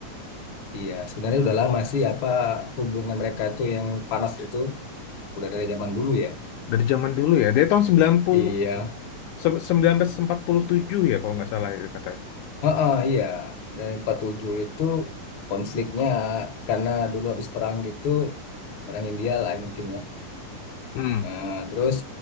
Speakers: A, on the left (about 65°); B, on the left (about 75°).
A: Iya, sebenarnya udah lama sih apa hubungan mereka tuh yang panas itu udah dari zaman dulu ya.
B: Dari zaman dulu ya, dari tahun 90
A: Iya.
B: se- seribu sembilan ratus empat puluh tujuh ya kalau nggak salah itu katanya.
A: Heeh, iya. Dan empat tujuh itu konfliknya karena dulu habis perang gitu, perang India lah mungkin ya.
B: Hmm.
A: Eh, terus